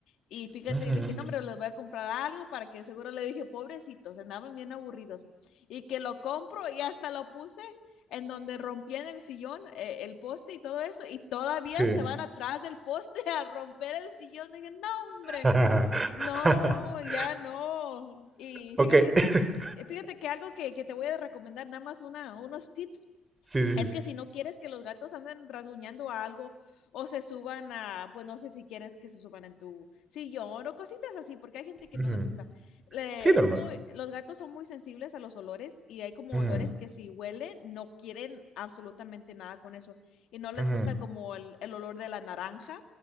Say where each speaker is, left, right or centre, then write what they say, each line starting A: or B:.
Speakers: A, on the left; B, on the right.
A: Y fíjate,
B: Ujú,
A: le dije, no, hombre, les voy a comprar algo para que seguro le dije, pobrecitos, andaban bien aburridos. Y que lo compro y hasta lo puse en donde rompían el sillón, eh, el poste y todo eso, y todavía
B: Sí.
A: se van atrás del poste <laughs> a romper el sillón. Dije, no, hombre,
B: <laughs>
A: no, ya no. Y
B: Ok.
A: fíjate,
B: <laughs>
A: eh, fíjate que algo que, que te voy a recomendar, nada más una, unos tips
B: Sí, sí,
A: es
B: sí. Sí,
A: que si no quieres que los gatos anden rasguñando a algo o se suban a, pues no sé si quieres que se suban en tu sillón o cositas así, porque hay gente que
B: Ujú,
A: no les gusta. Le-
B: sí, normal.
A: es muy- los gatos son muy sensibles a los olores y hay como
B: Ujú,
A: olores que si huelen no quieren absolutamente nada con eso y no les
B: ujú,
A: gusta como el, el olor de la naranja,